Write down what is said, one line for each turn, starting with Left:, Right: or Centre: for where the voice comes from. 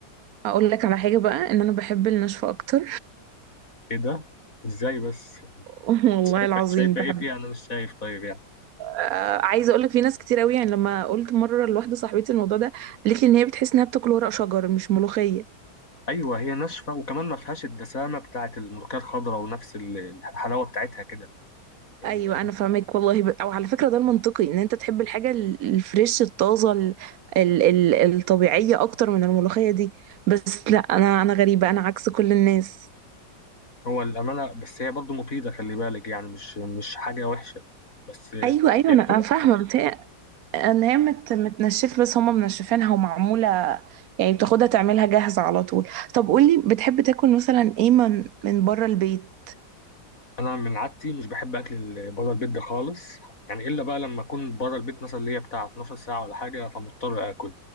Right: اقول لك على حاجة بقى ان انا بحب الناشفة اكتر
Left: إيه ده؟ إزاي بس؟
Right: <laughs> والله
Left: شايفة
Right: العظيم
Left: شايفة
Right: بحب
Left: إيه فيها أنا مش شايف طيب يعني
Right: آه، عايزة اقول لك في ناس كتير قوي يعني لما قلت مرة لواحدة صاحبتي الموضوع ده قالت لي ان هي بتحس انها بتاكل ورق شجر مش ملوخية
Left: ايوه هي ناشفه وكمان ما فيهاش الدسامه بتاعه الملوخيه الخضراء ونفس ال- الحلاوه بتاعتها كده يعني
Right: ايوه انا فاهمك والله ب... او على فكرة ده المنطقي ان انت تحب الحاجة ال- الفريش الطازة ال... ال... ال... الطبيعية اكتر من الملوخية دي بس لا انا انا غريبة انا عكس كل الناس
Left: هو الامانه بس هي برضو مفيده خلي بالك يعني مش مش حاجه وحشه بس
Right: ايوه ايوه
Left: هي
Right: انا
Left: بتبقى
Right: أنا فاهمه بس ان هي مت متنشف بس هما منشفينها ومعموله يعني بتاخدها تعملها جاهزه على طول طب قولي بتحب تاكل مثلا ايه من من بره البيت
Left: انا من عادتي مش بحب اكل بره البيت ده خالص يعني الا بقى لما اكون بره البيت مثلا اللي هي بتاع 12 ساعه ولا حاجه فمضطر اكل